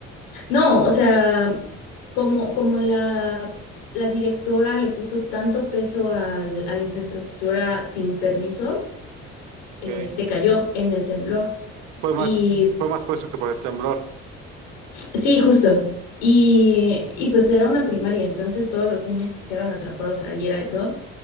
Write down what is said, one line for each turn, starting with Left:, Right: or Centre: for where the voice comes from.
Left: No, o sea, como, como la, la directora le puso tanto peso al- a la infraestructura sin permisos, eh,
Right: Ok.
Left: se cayó en el temblor.
Right: Fue más,
Left: Y
Right: fue más por eso que por el temblor.
Left: sí, justo. Y, y pues era una primaria, entonces todos los niños que quedaron atrapados ahí era eso.